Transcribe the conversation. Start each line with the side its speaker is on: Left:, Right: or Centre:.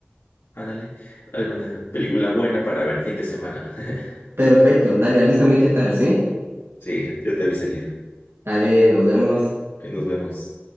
Left: Ándale, alguna película buena para ver fin de semana. <laughs>
Right: Perfecto, dale, avísame qué tal, ¿sí?
Left: Sí, yo te avisaría.
Right: Dale, nos vemos.
Left: Ahí nos vemos.